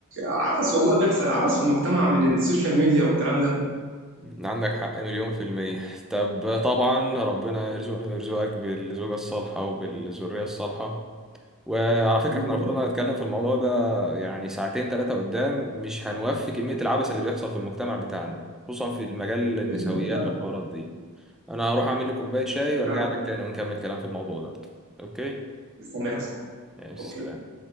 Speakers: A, on the right (about 60°); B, in the centre.
A: عبث والله بيحصل عبث في المجتمع من السوشيال ميديا والكلام ده
B: عندك حق مليون في المية طب طبعا ربنا يرزقني ويرزقك بالزوجة الصالحة وبالذرية الصالحة وعلى فكرة
A: يعني
B: احنا لو فضلنا نتكلم في الموضوع ده يعني ساعتين ثلاثة قدام مش هنوفي كمية العبث اللي بيحصل في المجتمع بتاعنا خصوصا في المجال النسويات
A: ايوه فعلا
B: والحوارات دي انا هروح اعمل لي كوباية شاي وارجع
A: فعلا
B: لك تاني ونكمل كلام في الموضوع ده اوكي
A: استناك يا صاحبي
B: ماشي
A: اوكي
B: سلام